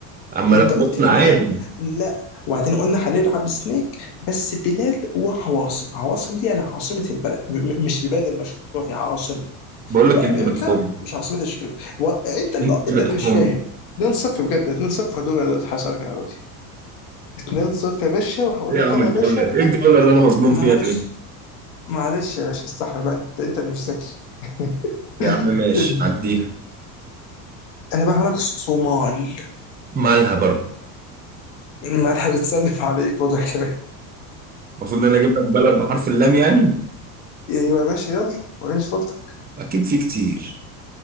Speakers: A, on the right (about 20°); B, on the left (about 70°).
A: اما
B: إيه،
A: لو
B: انت قلت
A: مدن
B: لي
A: عادي
B: بلاد لا وبعدين قلنا هنلعب سنيك بس بلاد وعواصم عواصم دي يعني عاصمه البلد م م- مش البلد المشهوره فيها عاصمه
A: بقول
B: يبقى
A: لك انت
B: امريكا
A: بتخم
B: مش عاصمتها شيكاغو و- انت اللي
A: انت
B: انت
A: بتخم
B: اللي مش فاهم 2-0 بجد 2-0 دول انا دلوقتي هسألك انا دلوقتي 2-0 يا باشا وهقول
A: ايه
B: لك
A: يا عم
B: انا
A: الجولة؟
B: يا باشا
A: ايه الجولة اللي انا مظلوم
B: معلش
A: فيها دي؟
B: معلش يا باشا استحمل بقى انت انت اللي مش ذكي <laughs>
A: يا عم ماشي
B: اد-
A: عديها
B: انا بقى هقول لك صومال
A: مالها برضه؟
B: ما انا بتسلف عليك وضع كمان
A: المفروض ان انا اجيب لك بلد بحرف اللام يعني؟
B: ايوه يا باشا يلا وريني شطارتك
A: اكيد في كتير